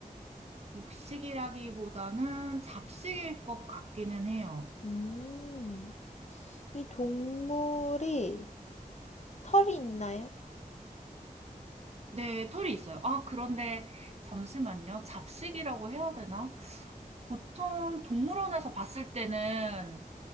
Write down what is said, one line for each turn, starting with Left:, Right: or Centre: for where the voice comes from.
Right: 육식이라기보다는 잡식일 것 같기는 해요.
Left: 음, 이 동물이 털이 있나요?
Right: 네, 털이 있어요. 아, 그런데 잠시만요. 잡식이라고 해야 되나? 보통 동물원에서 봤을 때는